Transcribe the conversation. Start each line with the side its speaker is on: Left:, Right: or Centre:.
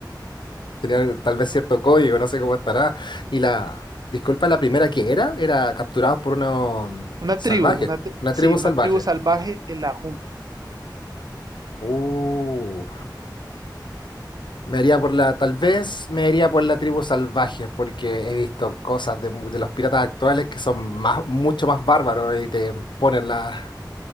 Left: Tenía tal vez cierto código, no sé cómo estará. Y la, disculpa, la primera que era, era capturados por unos
Right: Una
Left: salvajes,
Right: tribu, una, tri-
Left: una
Right: sí,
Left: tribu
Right: una
Left: salvaje.
Right: tribu salvaje en la jungla.
Left: Uh, me haría por la, tal vez me haría por la tribu salvaje, porque he visto cosas de, de los piratas actuales que son más, mucho más bárbaros y te ponen la,